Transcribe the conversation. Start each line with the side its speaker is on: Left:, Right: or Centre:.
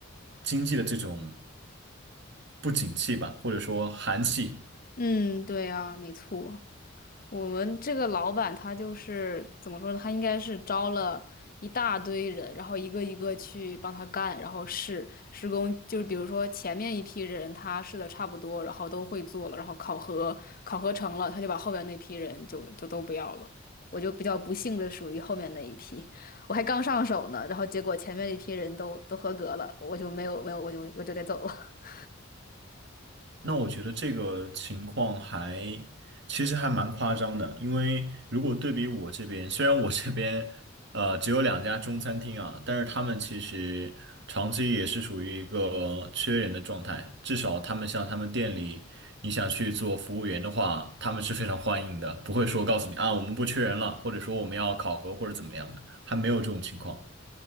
Right: 经济的这种不景气吧，或者说寒气。
Left: 嗯，对啊，没错。我们这个老板他就是怎么说呢？他应该是招了一大堆人，然后一个一个去帮他干，然后试施工。就是比如说前面一批人他试的差不多，然后都会做了，然后考核考核成了，他就把后面那批人就就都不要了。我就比较不幸的属于后面那一批，我还刚上手呢，然后结果前面一批人都都合格了，我就没有没有我就我就得走了。<laughs>
Right: 那我觉得这个情况还其实还蛮夸张的，因为如果对比我这边，虽然我这边呃只有两家中餐厅啊，但是他们其实长期也是属于一个缺人的状态，至少他们像他们店里，你想去做服务员的话，他们是非常欢迎的，不会说告诉你啊我们不缺人了，或者说我们要考核或者怎么样的，还没有这种情况。